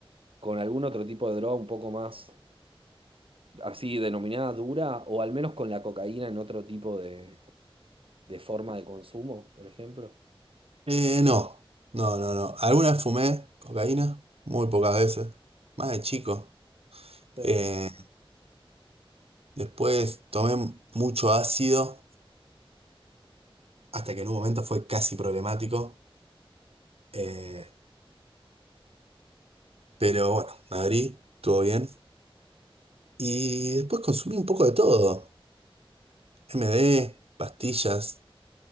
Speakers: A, on the right; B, on the right.
A: con algún otro tipo de droga un poco más así denominada dura, o al menos con la cocaína en otro tipo de, de forma de consumo, por ejemplo?
B: Eh, no, no, no, no. Alguna vez fumé cocaína, muy pocas veces. Más de chico.
A: Sí.
B: Eh, después tomé mucho ácido, hasta que en un momento fue casi problemático. Eh, pero bueno, me abrí, estuvo bien. Y después consumí un poco de todo. MD, pastillas,